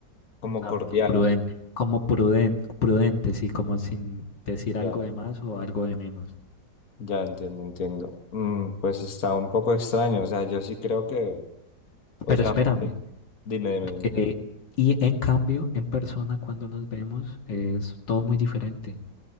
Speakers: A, on the left (about 50°); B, on the left (about 70°).
A: Como
B: a
A: cordial,
B: prudente, como pruden- prudente, sí, como sin decir algo
A: ya,
B: de más o algo de menos.
A: ya entiendo, entiendo. Mm, pues está un poco extraño, o sea, yo sí creo que, o
B: Pero
A: sea,
B: espérame,
A: pues, dime, dime, dime.
B: eh, y en cambio, en persona cuando nos vemos es todo muy diferente.